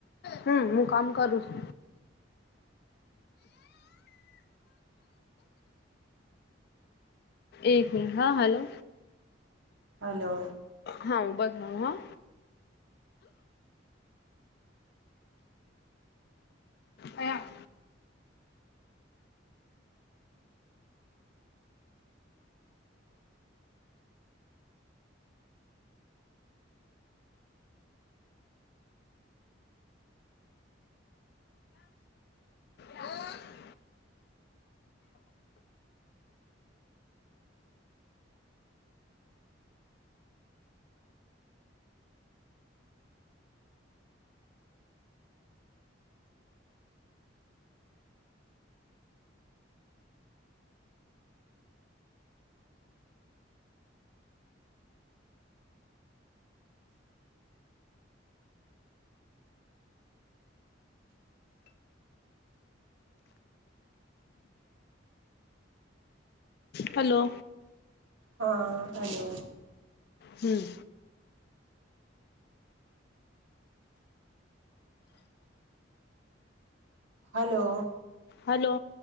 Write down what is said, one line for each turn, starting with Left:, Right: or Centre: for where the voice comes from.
Left: હમ હું કામ કરું છુ. એક મિનિટ હા હલો
Right: હલો
Left: હા હું <unintelligible> બધ હા અયા હા હલો
Right: હા હલો
Left: હમ
Right: હલો
Left: હલો